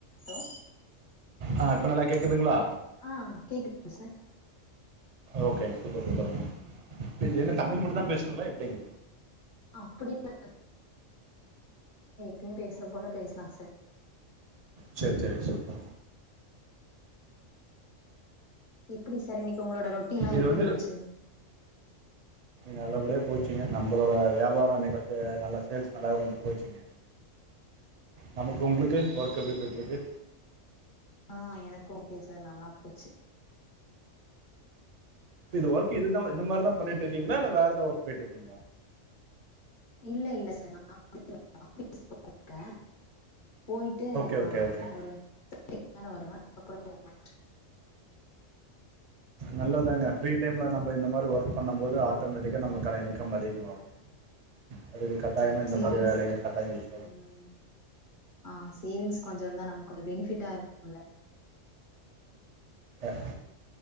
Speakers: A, on the left; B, on the right.
A: Hello.
B: ஆஹ இப்போ நல்லா கேக்குதுங்களா.
A: ஆ கேக்குதுங்க சார்
B: ஓகேங்க சூப்பர் சூப்பருங்க என்ன தமிழ் மட்டுதான் பேசணுங்களா எப்படிங்.
A: அப்டில்ல எப்பவும் பேசுறது போல பேசலாம் சார்.
B: சேரி சேரி சொல்லுங்க.
A: எப்படி சார் இன்னைக். கு உங்களோட ரொட்டின்ல்லாம்
B: இது
A: எப்படி
B: வந்து
A: போச்சு.
B: நல்லபடியா போச்சிங்க நம்மளோட வியாபாரோ இன்னைக்கு வந்து நல்லா சேல்ஸ் நல்லாவே கொஞ்சம் போச்சிங்க. நமக்கு உங்களுக்கு ஒர்க் எப்படி போய்யிட்டிருக்கு.
A: ஆஹ எனக்கு ஓகே சார் நல்லா போச்சு.
B: இது ஒர்க் இதுதான் இந்த மாதிரிதான் பண்ணிட்டு இருக்கீங்களா இல்ல வேற ஏதா ஒர்க் போயிட்டு இருக்கீங்களா.
A: இல்ல இல்லச். சார் நான் ஆஃபிஸ். இருக்க. போயிட்டு
B: ஓகே
A: நான்
B: ஓகே ஓகேங்க
A: ஒருவாரம் வருவேன் அப்றோ <inaudible>
B: நல்லதாங்க ஃப்ரீ டைம்ல நம்ம இந்த மாதிரி ஒர்க் பண்ணும் போது ஆட்டோமேட்டிக்கா நம்மக்கான இன்கம் அதிகமாகும் அதுக்கு கட்டாயமா
A: சார்
B: இந்த
A: சேவிங்ஸ்
B: மாதிரி வேலைங்க கட்டாயம் யூஸ்
A: ம் ஆ சேவிங்ஸ் கொஞ்சம் இருந்தா நமக்கு கொஞ்சம் பெனிஃபிட்டா இருக்கும்ல
B: அ